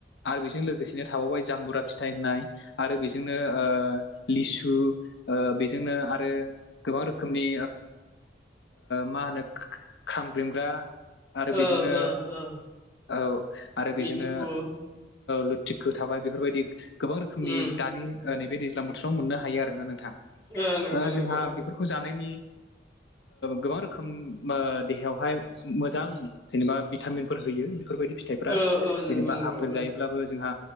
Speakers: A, on the left (about 85°); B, on the left (about 15°).
A: आरो बेजों लोगोसेनो थाबावबाय जाम्बुरा फिथाइ होननाय आरो बेजोंनो लिसु बेजोंनो आरो गोबां रोखोमनि मा होनो खामग्रमग्रा आरो
B: ओ
A: बेजोंनो
B: ओ ओ
A: औ आरो बेजोंनो
B: लिटुकु
A: लुथिख थाबाय बेफोरबायदि गोबां रोखोमनि
B: उम
A: दानि ओ नैबे दैज्लां बोथोराव मोननो हायो आरो ना नोंथां
B: ओ नंगौ नंगौ
A: जोंहा फोरफोरखौ जानायनि गोबां रोखोम देहायावहाय मोजां जेनेबा भिटामिनफोर होयो बेफोरबायदि फिथाइफ्रा
B: ओ ओ नंगौ
A: जेनेबा
B: नंगौ
A: आफपेल
B: ओ
A: जायो। बो जोंहा